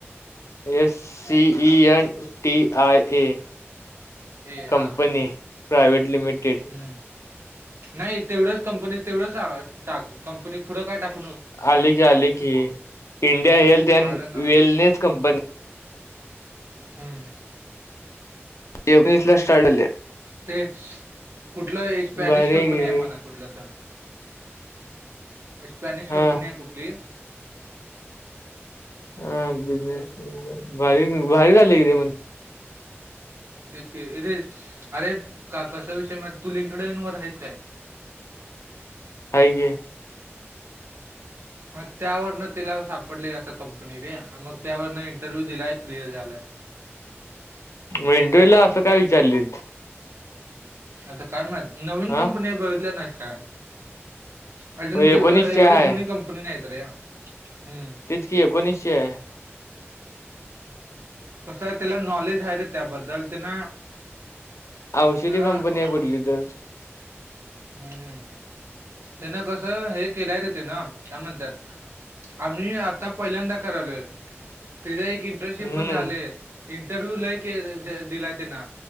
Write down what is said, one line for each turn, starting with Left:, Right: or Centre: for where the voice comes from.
Left: S C E N T I A
Right: A
Left: कंपनी
Right: हा
Left: प्रायवट लिमिटेड
Right: हम्म नाही तेवढच कंपनी तेवढंच टाक कंपनी पुढं काय टाक
Left: आली की आले की इंडिया हेल्थ अँड
Right: आलं ना
Left: वेलनेस कंपनी
Right: हम्म
Left: एकोणीस ला स्टार्ट झाल्या
Right: ते कुठलं स्पॅनिश
Left: भारी
Right: कंपनी
Left: की
Right: आहे
Left: रे
Right: म्हणा कुठ तर स्पनिश
Left: हा
Right: कंपनी आहे कुठ ल
Left: हा बिजनेस भारी बाारी झाले कि म्हणज
Right: तेच कीे अरे का कसा विषय मा तू लिंकड येनवर आहेस काय
Left: हे
Right: मग त्यावरन तिला सापडले असं कंपनी रे मग त्यावरन इंटरव्ह्यू दिलाय क्लिअर झालाय
Left: मेंटूला असं काय विचारले
Right: आता काय माहत नवीन
Left: हा
Right: कंपनी बघितल्या नाहीस का अजून
Left: होय
Right: जेवढ
Left: एकोणीसशे
Right: एवढ
Left: आहे
Right: जुनी कंपनी नाहीत रे याम्
Left: तेचकी एकोणीसशे
Right: कसं त्याला नॉलेज आहे रे त्याबद्दल त्यांना
Left: औषधी
Right: त्यांना
Left: कंपनी आहे कुठली तर
Right: हम्म हम्म त्यान कसं हे केल्याय येते ना त्या म्हणत आम्ही आता पहिल्यांदा करावलं त्या एक इंटर्नशिप
Left: हम्म
Right: पण झाले इंटरव्ह्यू लय क दिलाय ते ना